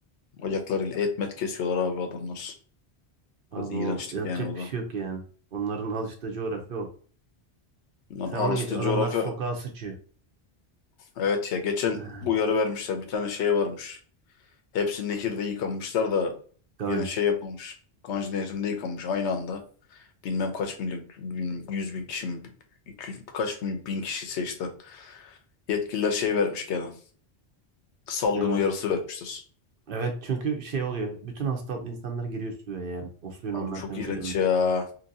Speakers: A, on the left (about 80°); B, on the right (about 60°).
A: Ayaklarıyla etmet kesiyorlar abi adamlar.
B: Abi
A: Biraz iğrençlik
B: o yapacak
A: yani o
B: bir
A: da.
B: şey yok yani. Onların alıştığı coğrafya o.
A: Bundan
B: Sen
A: araştı
B: onu geç. Adamlar
A: coğrafya.
B: sokağa sıçıyor.
A: Evet ya geçen
B: <laughs>
A: uyarı vermişler. Bir tane şey varmış. Hepsi nehirde yıkanmışlar da
B: Ganj.
A: yine şey yapılmış. Ganj Nehri'nde yıkanmış aynı anda. Bilmem kaç milyon, bilmem yüz bin kişi mi, 200, kaç bin, bin kişi seçti. Yetkililer şey vermiş gene. Salgın
B: Ne varmış?
A: uyarısı vermiştir.
B: Evet çünkü şey oluyor. Bütün hastalıklı insanlar giriyor suya yani. O suyun
A: Abi
B: onları
A: çok
B: temizlediğini
A: iğrenç
B: düşünerek.
A: ya.